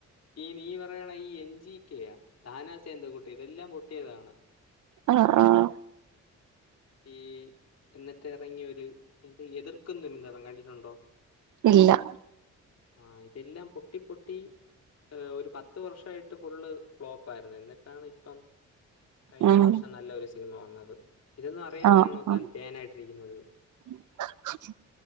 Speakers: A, on the left (about 55°); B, on the right (about 80°).
A: ഈ നീ പറയണ ഈ എൻ ജി കെ യാ താനാ സേന്ത് കുട്ടി ഇതെല്ലാം പൊട്ടി- പൊട്ടിയതാണ്.
B: ആഹ് ആഹ്
A: ഈ എന്നിട്ട് ഇറങ്ങിയ ഒരു എന്റെ എതിർക്കും തുന്നി <unintelligible> ന്തവൻ കണ്ടിട്ടുണ്ടോ.
B: ഇല്ല
A: ആഹ് ഇതെല്ലാം പൊട്ടി പൊട്ടി- ഒരു പത്ത് വർഷമായിട്ട് ഫുള്ള് ഫ്ലോപ്പ് ആയിരുന്നു എന്നിട്ടാണ് ഇപ്പം - കഴിഞ്ഞ
B: ഉം
A: വർഷം നല്ല ഒരു സിനിമ വന്നത് ഇതൊന്നും അറിയാതെയാണോ
B: ആഹ് ആ
A: താൻ ഫാൻ ആയിട്ടിരിക്കുന്നത്
B: <inaudible>